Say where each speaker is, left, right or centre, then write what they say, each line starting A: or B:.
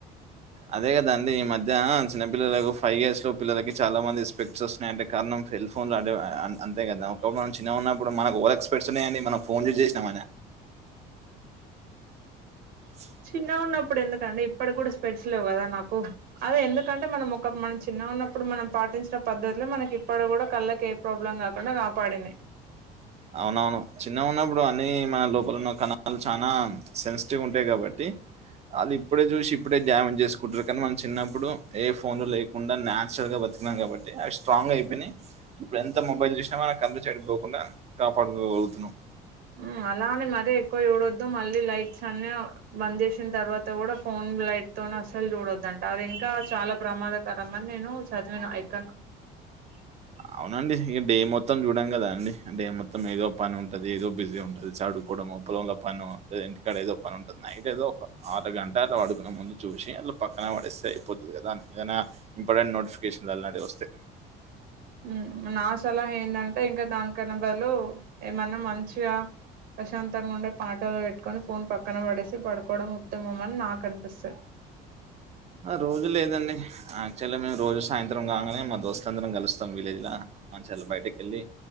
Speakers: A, on the right; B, on the right.
A: అదే కదాండి ఈ మధ్య చిన్నపిల్లలకు ఫైవ్ ఇయర్స్ లో పిల్లలకి చాలా మంది స్పెక్ట్స్ ఒస్ అంటే కారణం సెల్ ఫోన్లులాడే ఆ ఆ అంతే కదా పాపం మన చిన్న ఉన్నప్పుడు మన ఓవర్ ఎక్స్ప్రెషనే అండి మనం ఫోన్ యూస్ చేసినం అన స్స్
B: చిన్నగా ఉన్నప్పుడు ఎందుకండి ఇప్పటికి గుడా స్పెడ్స్ లేవ్ గాదా నాకు. అదే ఎందుకంటే మనం ఒక మనం చిన్నగా ఉన్నప్పుడు మనం పాటించిన పద్ధతిలో మనకి ఇప్పుడు కూడా కళ్ళకేం ప్రాబ్లం కాకుండా కాపాడింది
A: అవునవును చిన్నగ ఉన్నప్పుడు అన్ని మన లోపలన్న కణాలు చానా సెన్సిటివ్ ఉంటాయి కాబట్టి వాళ్ళు ఇప్పుడే చూసి ఇప్పుడే డ్యామేజ్ చేసుకుంటారు కానీ మనం చిన్నప్పుడు ఏ ఫోన్ లో లేకు కుండా నేచురల్ గా బతికినం కాబట్టి అవి స్ట్రాంగ్ గా అయిపోయినయి ఇప్పుడు ఎంత మొబైల్ చూసినా మనం కళ్ళు చెడిపోకుండా కాపాడుకోగలుగుతున్నాం
B: ఉం అలానే మరీ ఎక్కువ చూడొద్దు మళ్ళీ లైట్స్ అన్ని బంద్ చేసిన తర్వాత కూడా ఫోన్ లైట్ తోను అసలు చూడొద్దంట అది ఇంకా చాలా ప్రమాద కదా మరి నేను చదివిన ఎక్కణ్ణో
A: అవునండి ఇక డే మొత్తం చూడాం కదా అండి డే మొత్తం ఏదో పని ఉంటది ఏదో బిజీ ఉంటుది చడుకోవడం పొలంలో పనో లేదా ఇంటికాడ ఏదో పని ఉంటుంది నైట్ ఏదో ఒక ఆరగంట అలా ప డుకునే ముందు చూసి అలా పక్కన పడేస్తే అయిపోతది కదా ఏదైనా ఇంపార్టెంట్ నోటిఫికేషన్ అలాంటి వి వస్తే
B: ఉం నా సలహా ఏందంటే ఇంకా దానికన్నా బదులు ఏమన్నా మంచిగా ప్రశాంతంగా ఉండే పాటలు పెట్టుకొని ఫోన్ పక్కన పడేసి పడుకోవడం ఉత్తమం అని నాకు అనిపిస్తంది
A: ఆ రోజు లేదండి యాక్చువల్గా మేము రోజు సాయంత్రం కాంగనే మా దోస్తులాందరం కలుస్తాం విలేజ్ లా మంచి అట్లా బయటకెళ్ళి